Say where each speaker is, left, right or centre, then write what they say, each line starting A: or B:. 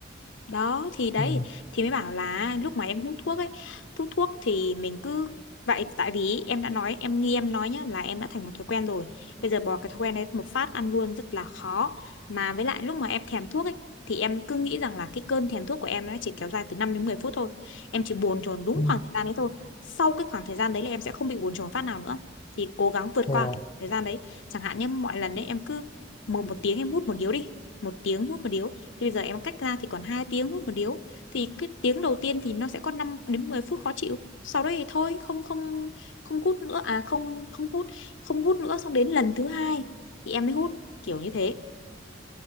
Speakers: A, on the left; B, on the left.
A: đó thì đấy
B: Ừ.
A: thì mới bảo là lúc mà em hút thuốc ấy hút thuốc thì mình cứ vậy tại vì em đã nói em như em nói nhá là em đã thành một thói quen rồi bây giờ bỏ cái thói quen đấy một phát ăn luôn rất là khó mà với lại lúc mà em thèm thuốc ấy thì em cứ nghĩ rằng là cái cơn thèm thuốc của em nó chỉ kéo dài từ 5 đến 10 phút thôi em chỉ bồn chồn đúng
B: Ừ.
A: khoảng thời gian đấy thôi sau cái khoảng thời gian đấy là em sẽ không bị bồn chồn phát nào nữa thì cố gắng vượt
B: yeah.
A: qua thời gian đấy chẳng hạn như mọi lần đấy em cứ một một tiếng em hút một điếu đi một tiếng hút một điếu thì bây giờ em cách ra thì còn 2 tiếng hút một điếu thì cái tiếng đầu tiên thì nó sẽ có 5 đến 10 phút khó chịu sau đấy thì thôi không không không hút nữa à không không hút không hút nữa xong đến lần thứ hai thì em mới hút kiểu như thế